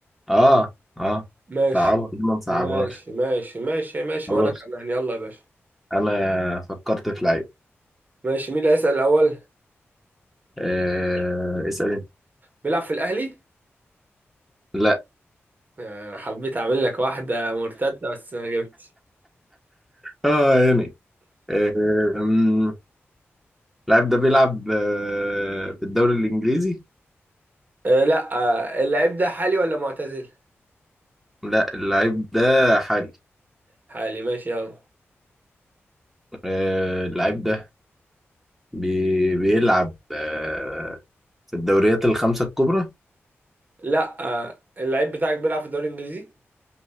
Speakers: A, in the centre; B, on the right.
A: اه آه.
B: ماشي
A: صعبة ليه ما نصعبهاش
B: ماشي ماشي ماشي ماشي
A: خلاص
B: وانا كمان يلا يا باشا
A: انا فكرت في لعيب
B: ماشي مين اللي هيسأل الاول
A: آه. اسأل انت
B: بيلعب في الاهلي
A: لا
B: آه، حبيت اعمل لك واحدة مرتدة بس ما جبتش
A: اه يعني آه. أمم، اللعيب ده بيلعب آه. في الدوري الانجليزي
B: أه لا آه، اللعيب ده حالي ولا معتزل
A: لا اللعيب ده حالي
B: حالي ماشي يلا
A: آه. اللعيب ده بي... بيلعب آه. في الدوريات الخمسة الكبرى
B: لا آه، اللعيب بتاعك بيلعب في الدوري الانجليزي